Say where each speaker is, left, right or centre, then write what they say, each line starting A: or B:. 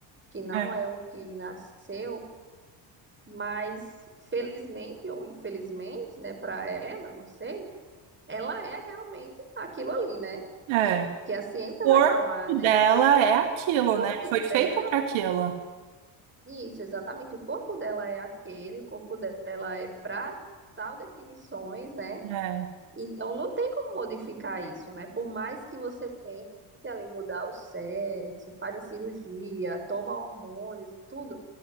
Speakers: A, on the right; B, on the right.
A: que não
B: É.
A: é o que nasceu, mas felizmente ou infelizmente, né, para ela, não sei, ela é realmente aquilo ali, né?
B: É.
A: É o que a ciência
B: O
A: vai
B: corpo
A: falar, né?
B: dela é aquilo,
A: O corpo
B: né? Foi
A: dela
B: feita para aquilo.
A: Isso, exatamente. O corpo dela é aquele, o corpo dela é para tal definições, né?
B: É,
A: Então não tem como modificar isso, né? Por mais que você tente ali mudar o sexo, faz a cirurgia, toma hormônios e tudo,